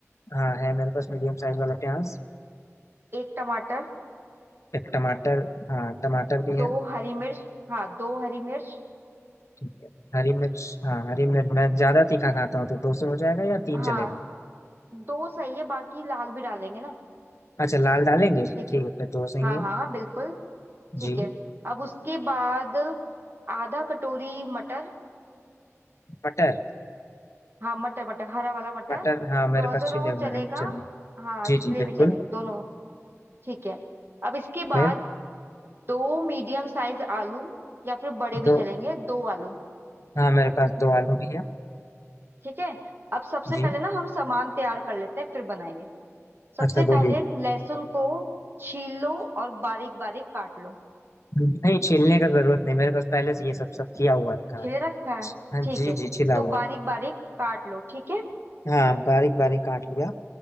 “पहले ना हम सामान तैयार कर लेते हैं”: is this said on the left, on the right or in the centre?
Right